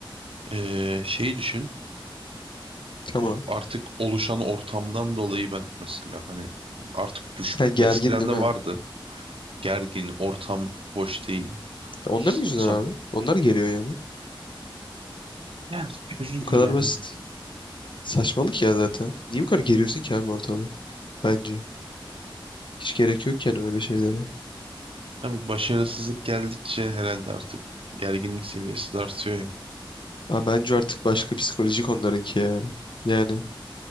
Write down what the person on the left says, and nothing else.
Tamam.
Ha, gergin
değil
mi?
Onların yüzünden
abi. Onlar geriyor yani.
Bu kadar
basit. Saçmalık ya zaten. Niye bu kadar geriyorsun ki abi ortalığı? Bence. Hiç gerek yok yani öyle şeylere.
Aa, bence artık başka psikolojik onlarınki ya. Yani